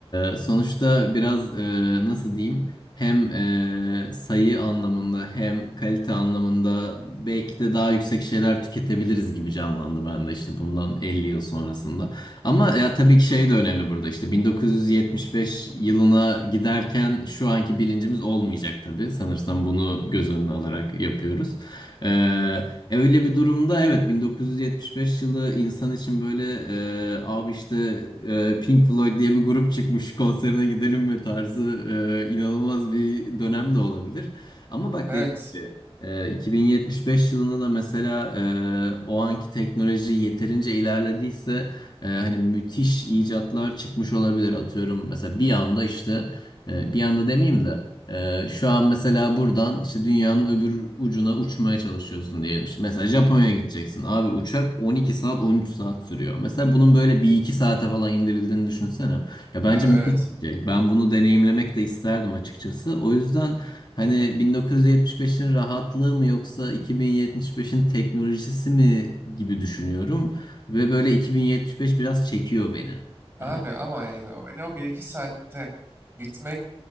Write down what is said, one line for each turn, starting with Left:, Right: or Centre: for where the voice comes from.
Left: e, sonuçta biraz e, nasıl diyeyim hem e, sayı anlamında hem kalite anlamında belki de daha yüksek şeyler tüketebiliriz gibi canlandı ben de işte bundan 50 yıl sonrasında. Ama ya tabii ki şey de önemli burada işte 1975 yılına giderken şu anki bilincimiz olmayacak tabii sanırsam bunu göz önüne alarak yapıyoruz. E, E, Öyle bir durumda evet 1975 yılı insan için böyle e, abi işte e, Pink Floyd diye bir grup çıkmış konserine gidelim mi tarzı e, inanılmaz bir dönem de olabilir. Ama bak
Right: Evet.
Left: dediğim gibi e, 2075 yılında da mesela e, o anki teknoloji yeterince ilerlediyse e, hani müthiş icatlar çıkmış olabilir atıyorum. Mesela bir anda işte e, bir anda demeyeyim de ee, şu an mesela buradan işte dünyanın öbür ucuna uçmaya çalışıyorsun diyelim. İşte mesela Japonya'ya gideceksin. Abi uçak 12 saat 13 saat sürüyor. Mesela bunun böyle bir iki saate falan indirildiğini düşünsene. Ya bence
Right: Tabii evet.
Left: müthiş bir şey. Ben bunu deneyimlemek de isterdim açıkçası. O yüzden hani 1975'in rahatlığı mı yoksa 2075'in teknolojisi mi gibi düşünüyorum. Ve böyle 2075 biraz çekiyor beni.
Right: Abi
Left: Hani.
Right: ama yani o, yani o bir iki saatte gitmek